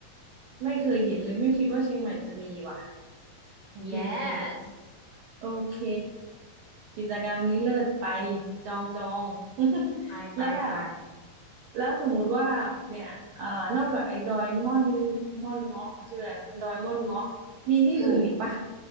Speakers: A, on the right; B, on the left.
A: ไม่เคยเห็นเลยไม่คิดว่าเชียงใหม่จะมีว่ะโอเคโอเค
B: yes
A: โอเคกิจกรรมนี้เลิศไปจองจอง <laughs>
B: ไปไปไป
A: แล้วแบบแล้วสมมุติว่าเนี่ยเอ่อนอกจากไอ้ดอยม่อนม่อนเงาะชื่ออะไรนะดอยม่อนเงาะมีที่อื่นอีกปะ
B: ถูก